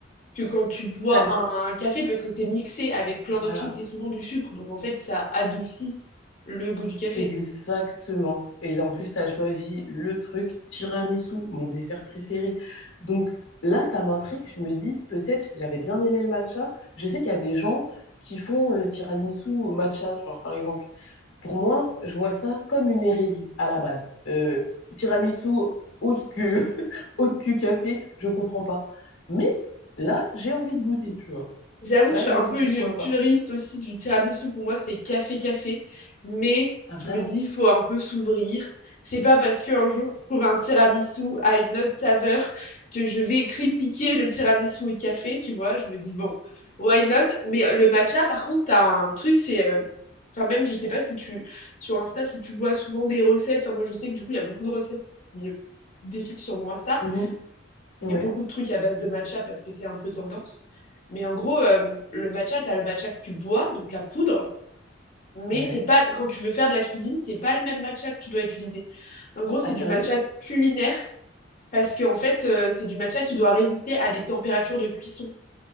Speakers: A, on the left; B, on the left.
A: que quand tu bois
B: T'as-
A: un, un café parce que c'est mixé avec plein
B: Voilà.
A: d'autres trucs et souvent du sucre. Donc, en fait, ça adoucit le goût du café.
B: Exactement. Et là, en plus, tu as choisi le truc tiramisu, mon dessert préféré. Donc là, ça m'intrigue. Je me dis, peut-être, j'avais bien aimé le matcha. Je sais qu'il y a des gens qui font le tiramisu au matcha, genre par exemple. Pour moi, je vois ça comme une hérésie à la base. Euh, tiramisu autre que, <laughs> autre que café, je comprends pas. Mais là, j'ai envie de goûter, tu vois.
A: J'avoue
B: Là,
A: que je suis
B: je
A: un
B: me dis,
A: peu
B: pourquoi
A: une puriste
B: pas?
A: aussi du tiramisu. Pour moi, c'est café-café. Mais
B: Ah, vraiment?
A: je me dis, il faut un peu s'ouvrir. C'est pas parce qu'un jour, je trouve un tiramisu à une autre saveur que je vais critiquer le tiramisu au café, tu vois. Je me dis, bon, why not? Mais le matcha, par contre, t'as un truc, c'est... euh, Enfin, même, je sais pas si tu... Sur Insta, si tu vois souvent des recettes. Enfin, moi, je sais que du coup, il y a beaucoup de recettes qui défilent sur mon Insta
B: Mhm. Ouais.
A: et beaucoup de trucs à base de matcha parce que c'est un peu tendance. Mais en gros, euh, le matcha, tu as le matcha que tu bois, donc la poudre, mais
B: Ouais.
A: c'est pas quand tu veux faire de la cuisine, c'est pas le même matcha que tu dois utiliser. En gros, c'est
B: Ah, sérieux?
A: du matcha culinaire parce que en fait, euh, c'est du matcha qui doit résister à des températures de cuisson